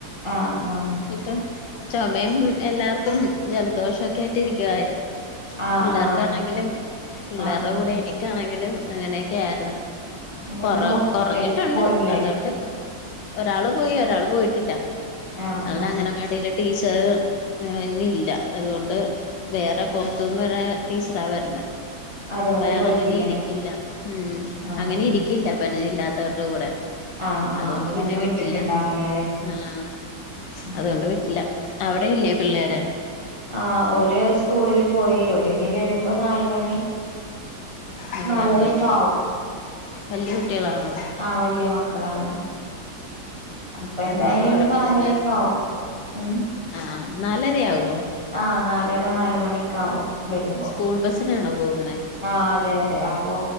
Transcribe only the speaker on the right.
ആഹ് ആഹ്
ആഹ്
ആഹ്
ആഹ് ആഹ്
എന്നിട്ട് ഹോസ്പിറ്റലിലൊക്കെ
പോയില്ലേ
ആഹ്
ആഹ്
അതുകൊണ്ട്
പോയിട്ടില്ല
ആഹ്
ആഹ്
ആഹ് ആഹ്
അപ്പൊ
ഇന്ന് വിട്ടിട്ടുണ്ടാവില്ല
അല്ലെ
ഉം
ആഹ് ഒരു സ്കൂളില് പോയി ഒരുങ്ങി വരുമ്പോ നാല് മണി
നാലരൊക്കെ
ആവും
ആഹ് വല്ലിയ മക്കളാണ് അപ്പൊ എന്തായാലും
ഒരു നാലരയൊക്കെ ആകും ഉം
ആ നാലര നാല് മണിയെക്കെ ആവും വരുമ്പോ
ആഹ് അതെ അതെ അപ്പൊ